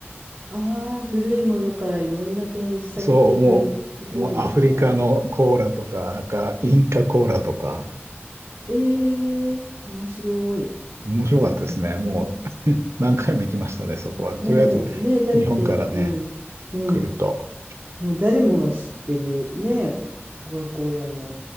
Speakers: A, on the right; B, on the right.
A: ああ、古いものからいろんな展示されてるところですね。
B: そう、もう、もうアフリカのコーラとか、なんかインカコーラとか、
A: ええ、面白い。
B: 面白かったですね。
A: アトランタ。
B: もう <laughs> 何回も行きましたね、そこは。
A: うんもうね、
B: とりあえず、
A: だって、
B: 日本からね、
A: うん。うん。
B: 来ると。
A: もう誰もが知ってるね、コカ・コーラの